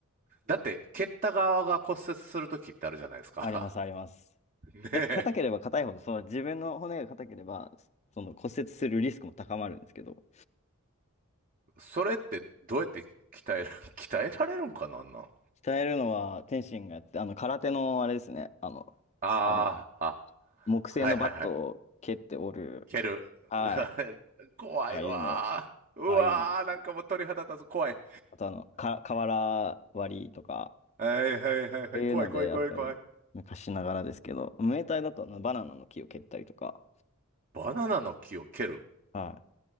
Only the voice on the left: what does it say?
はいあります、あります。
だ硬ければ硬いほど、その自分の骨が硬ければ、その骨折するリスクも高まるんですけど、
鍛えるのは天心がやって、あの、空手のあれですね、あの、
あの、
木製のバットを蹴って折る、
はい、
ああいうの、
ああいうの。
あとあの、か、瓦割りとか、
っていうので、
やっぱり、昔ながらですけど、ムエタイだとあのバナナの木を蹴ったりとか、
は